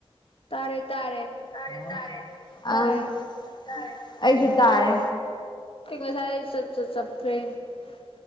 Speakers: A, on the left; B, on the left.
A: ꯇꯥꯔꯦ ꯇꯥꯔꯦ
B: ꯇꯥꯔꯦ ꯇꯥꯔꯦ
A: ꯇꯥꯔꯦ
B: ꯑ ꯇꯥꯔꯦ ꯑꯩꯁꯨ ꯇꯥꯔꯦ
A: <unintelligible> <unintelligible> ꯆꯞꯄꯦ